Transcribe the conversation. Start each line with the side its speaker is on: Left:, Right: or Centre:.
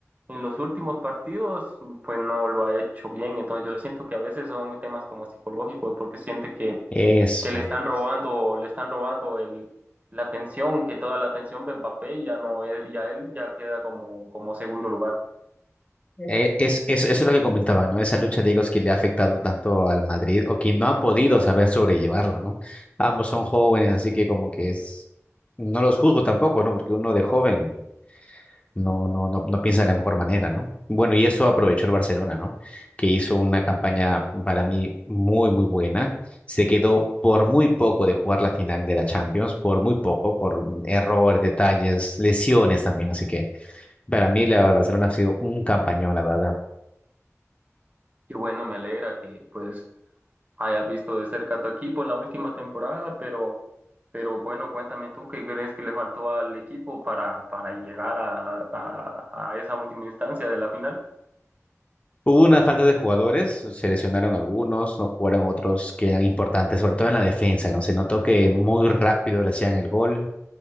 Right: los últimos partidos pues no lo ha hecho bien. Entonces yo siento que a veces son temas como psicológicos, porque siente que
Left: Eso.
Right: que le están robando, le están robando el, la atención, que toda la atención va en papel, ya no, él, ya él ya queda como, como segundo lugar.
Left: Eh, Es, es, eso es lo que comentaba, ¿no? Esa lucha de egos que le ha afectado tanto al Madrid o que no han podido saber sobrellevarlo, ¿no? Ambos son jóvenes, así que como que es, no los juzgo tampoco, ¿no? Porque uno de joven no, no, no, no piensa de la mejor manera, ¿no? Bueno, y eso aprovechó el Barcelona, ¿no? Que hizo una campaña para mí muy, muy buena. Se quedó por muy poco de jugar la final de la Champions, por muy poco, por errores, detalles, lesiones también, así que para mí la Barcelona ha sido un campañón, la verdad.
Right: Y bueno, me alegra que pues hayas visto de cerca a tu equipo en la última temporada, pero, pero bueno, cuéntame tú qué crees que le faltó al equipo para, para llegar a, a, a esa última instancia de la final.
Left: Hubo una falta de jugadores, se lesionaron algunos, no jugaron otros que eran importantes, sobre todo en la defensa, ¿no? Se notó que muy rápido le hacían el gol.